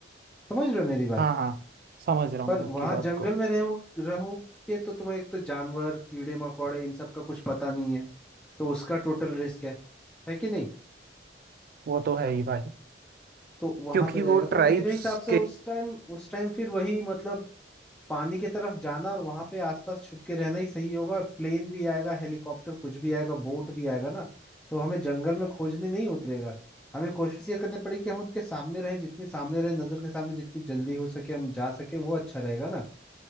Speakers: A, in the centre; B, on the right (about 50°).
A: समझ रहे हो मेरी बात
B: हाँ हाँ समझ रहा
A: पर
B: हूँ
A: वहां
B: आपकी बात
A: जंगल
B: को
A: में रहो रहोगे तो तुम्हें एक तो जानवर कीड़े मकोड़े इन सब का कुछ पता नहीं है तो उसका टोटल रिस्क है है कि नहीं
B: वो तो है ही भाई
A: तो वहां
B: क्योंकि
A: पे रहेगा
B: वो
A: तो
B: ट्राइब्स
A: मेरे हिसाब से
B: के
A: उस टाइम उस टाइम फिर वही मतलब पानी की तरफ जाना और वहां पे आसपास छुप के रहना ही सही होगा और प्लेन भी आएगा हेलीकॉप्टर कुछ भी आएगा बोट भी आएगा ना तो हमें जंगल में खोजने नहीं उतरेगा हमें कोशिश ये करनी पड़ेगी कि हम उनके सामने रहे जितनी सामने रहे नजर के सामने जितनी जल्दी हो सके हम जा सके वो अच्छा रहेगा ना